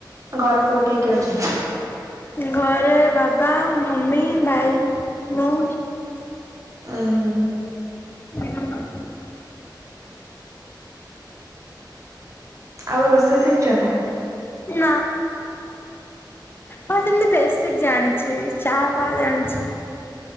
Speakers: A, on the right (about 45°); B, on the left (about 30°).
A: ଘରେ ସବୁ କିଏ କିଏ ଅଛନ୍ତି?
B: ଘରେ ବାବା, ମମି, ଭାଇ, ମୁଁ।
A: ଉଁ ହୁଁ।
B: <unintelligible>
A: ଆଉ ରୋଷେଇ ଶିଖିଛ ନା?
B: ନା। ହଁ ସେମତି ପେସିିକ୍ ଜାଣିଛି। ଚାହା ଫାହା ଜାଣିଛି।